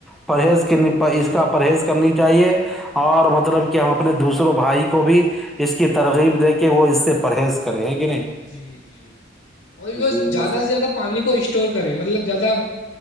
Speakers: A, in the centre; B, on the left.
A: پرہیز کے اس کا پرہیز کرنی چاہیے اور مطلب کہ ہم اپنے دوسروں بھائی کو بھی اس کی ترغیب دے کے وہ اس سے پرہیز کریں کہ نہیں
B: جی جی اور
A: جی
B: زیادہ سے زیادہ پانی کو اسٹور کریں مطلب زیادہ